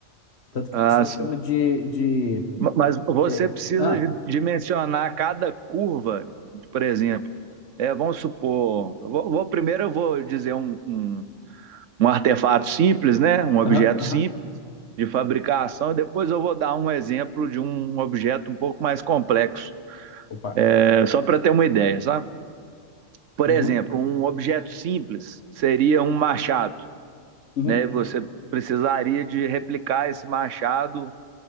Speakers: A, on the left (about 60°); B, on the right (about 80°).
A: tanto que
B: Ah,
A: o pessoal
B: sim.
A: chama de, de
B: Mas você
A: é, é,
B: precisa
A: ah,
B: de- dimensionar cada curva, por exemplo. É, vamos supor, vou, vou- primeiro eu vou dizer um, um, um artefato simples, né? Um objeto
A: aham, aham,
B: simples de fabricação, e depois eu vou dar um exemplo de um objeto um pouco mais complexo,
A: opa,
B: é, só para ter uma ideia, sabe? Por
A: uhum,
B: exemplo, um objeto simples seria um machado,
A: uhum,
B: né? Você precisaria de replicar esse machado